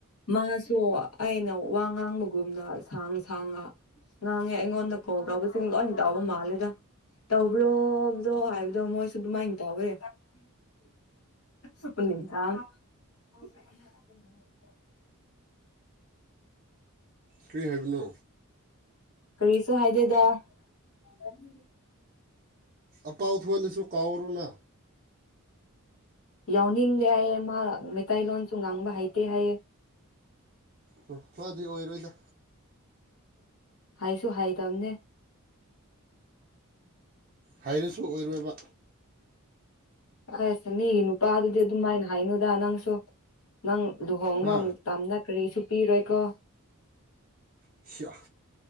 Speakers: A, on the left; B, on the right.
A: ꯃꯥꯁꯨ ꯑꯩꯅ ꯋꯥ ꯉꯥꯡꯕꯒꯨꯝꯅ ꯁꯥꯡ ꯁꯥꯡꯉ ꯉꯥꯡꯉꯦ ꯑꯩꯉꯣꯟꯗ ꯀꯣꯜ ꯇꯧꯕꯁꯤꯡ ꯂꯣꯏ ꯇꯥꯎꯕ ꯃꯥꯜꯂꯦꯗ ꯇꯧꯕ꯭ꯔꯣꯕꯗꯣ ꯍꯥꯏꯕꯗꯣ ꯃꯣꯏꯁꯨ ꯑꯗꯨꯃꯥꯏꯅ ꯇꯧꯋꯦ <unintelligible> <inaudible>
B: ꯀꯔꯤ ꯍꯥꯏꯕꯅꯣ
A: ꯀꯔꯤꯁꯨ ꯍꯥꯏꯗꯦꯗ <inaudible>
B: ꯑꯄꯥꯎꯊꯣꯟꯗꯁꯨ ꯀꯥꯎꯔꯨꯅ
A: ꯌꯥꯎꯅꯤꯡꯗꯦ ꯍꯥꯏꯌꯦ ꯃꯥ ꯃꯩꯇꯩꯂꯣꯟꯁꯨ ꯉꯥꯡꯕ ꯍꯩꯇꯦ ꯍꯥꯏꯌꯦ
B: ꯎꯝ ꯃꯥꯗꯤ ꯑꯣꯏꯔꯣꯏꯗ
A: <inaudible> ꯍꯥꯏꯁꯨ ꯍꯥꯏ ꯇꯕꯅꯦ
B: ꯍꯩꯔꯁꯨ ꯑꯣꯏꯔꯣꯏꯕ
A: <inaudible> ꯑꯁ ꯃꯤꯒꯤ ꯅꯨꯄꯥꯗꯨꯗꯤ ꯑꯗꯨꯝꯃꯥꯏꯅ ꯍꯥꯏꯅꯨꯗ ꯅꯪꯁꯨ ꯅꯪ ꯂꯨꯍꯣꯡꯕ
B: ꯍꯥ
A: ꯑꯃꯨꯛꯇꯝꯅ ꯀꯔꯤꯁꯨ ꯄꯤꯔꯣꯏꯀꯣ
B: ꯁꯤꯌꯥ